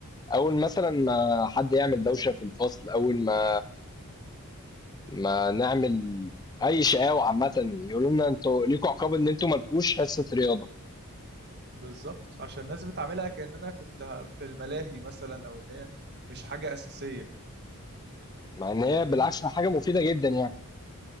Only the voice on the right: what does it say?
بالظبط عشان الناس بتعملها كأننا كنت ه- في الملاهي مثلا او ان هي مش حاجة أساسية
فاهمني